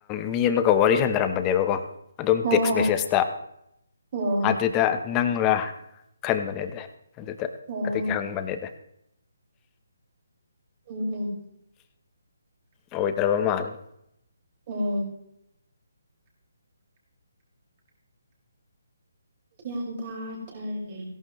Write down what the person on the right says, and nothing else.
ꯑꯣ
ꯑꯣ
ꯑꯣ
ꯑꯣ
ꯎꯝ ꯎꯝ
ꯑꯣ ꯀꯌꯥꯟ ꯇ ꯇꯔꯦ